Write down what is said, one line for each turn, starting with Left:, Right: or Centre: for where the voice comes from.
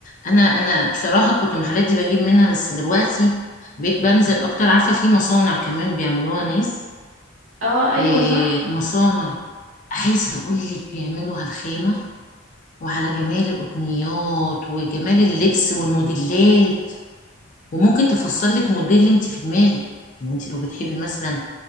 Left: انا انا بصراحه كنت المحلات دي بجيب منها بس دلوقتي بقيت بنزل اكتر عارفه في مصانع كمان بيعملوها ناس
Right: اه ايوه
Left: إيه،
Right: صح
Left: مصانع عايزة أقولك بيعملوا على الخامة وعلى جمال القطنيات وجمال اللبس والموديلات وممكن تفصلك موديل انت في دماغك يعني انت لو بتحبي مثلا